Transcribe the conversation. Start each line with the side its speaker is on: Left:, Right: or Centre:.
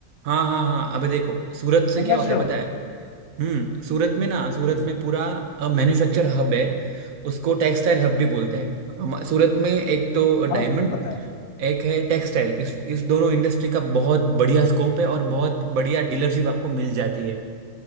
Right: हाँ हाँ हाँ अबे देखो सूरत से
Left: समझ
Right: क्या होता
Left: रहे
Right: है पता
Left: हो
Right: है हम्म सूरत में ना सूरत
Left: हम्म
Right: में पूरा मैन्युफैक्चर हब है उसको टेक्सटाइल हब भी बोलते
Left: हम्म
Right: हैं हम सूरत में एक तो डायमंड
Left: हाँ वो तो पता है
Right: एक है टेक्सटाइल इस इस दोनों इंडस्ट्री का बहुत बढ़िया स्कोप है और बहुत बढ़िया डीलरशिप आपको मिल जाती है